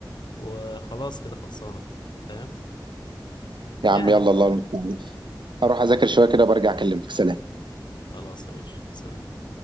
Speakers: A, on the left (about 65°); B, on the right (about 70°).
A: وخلاص كده خلصانة فاهم
B: يا
A: يعني
B: عم يلا الله المستعان اروح اذاكر شويه كده وبرجع اكلمك سلام
A: خلاص يا باشا سلام